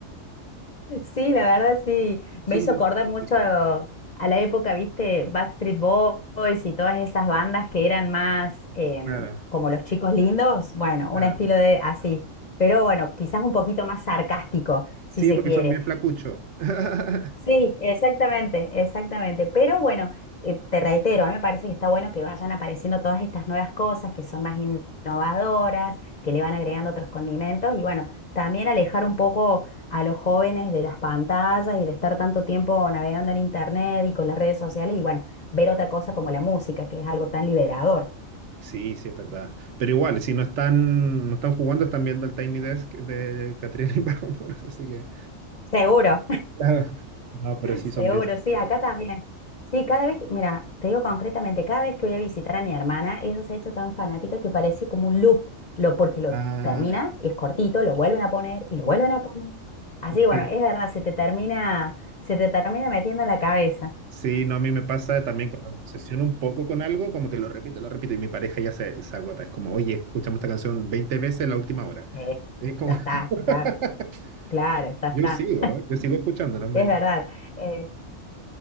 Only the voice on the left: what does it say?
Sí, la verdad sí,
me
hizo
acordar
mucho a, a la época, viste, Backstreet Boys y todas esas bandas que eran más em,
como los chicos lindos, bueno,
un estilo de así, pero bueno, quizás un poquito más sarcástico, si
se
quiere.
Sí, exactamente, exactamente. Pero bueno, eh, te reitero, a mí me parece que está bueno que vayan apareciendo todas estas nuevas cosas que son más in- innovadoras, que le van agregando otros condimentos y bueno, también alejar un poco a los jóvenes de las pantallas y de estar tanto tiempo navegando en internet y con las redes sociales y bueno, ver
otra cosa como la música, que es algo tan liberador.
Seguro.
Seguro,
sí, acá también. Sí, cada vez, mira, te digo concretamente, cada vez que voy a visitar a mi hermana, ella se ha hecho tan fanática que parece como un loop, lo, porque lo
termina, es cortito, lo vuelven a poner y lo vuelven a poner. Así que bueno,
es verdad, se te termina, se te termina metiendo en la cabeza.
Sí,
ya está,
claro, claro, ya está,
es verdad. Eh,